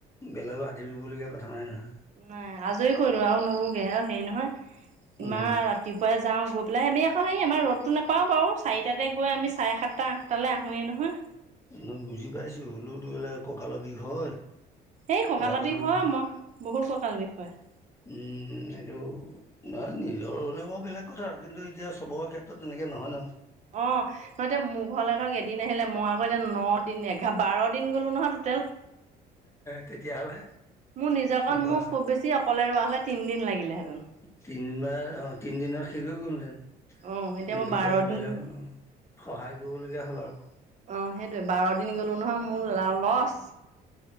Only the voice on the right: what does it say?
নাই আজৰি কৰিলো আৰু। আৰু নোৰুগে আৰু হেৰি নহয়
ইমান ৰাতি <inaudible> ৰাতিপুৱাই যাওঁ গৈ পেলাই আমি আকৌ হেৰি আমাৰ ৰ'দটো নাপাওঁ বাৰু চাৰিটাতে গৈ আমি চাৰে সাতটা, আঠটালৈ আহোৱেই নহয়। <inaudible>
এই কঁকালৰ
বিষ
হয়, মই বহুত কঁকাল বিষ হয়। <unintelligible>
অঁ! নহয় এতিয়া মোৰ ঘৰলে ধৰক এদিন আহিলে মই আকৌ এতিয়া ন দিন <unintelligible> <inaudible> বাৰ দিন গ'লোঁ নহয় টোটেল।
মোৰ নিজৰ কণ
মোৰ খুব বেছি <inaudible> অকলে ৰোৱা হ'লে তিনদিন লাগিলেহেঁতেন। <unintelligible>
অ',
মই বাৰ
দিন
অঁ! সেইটোৱেই বাৰ দিন গলো নহয় মোৰ লা লচ।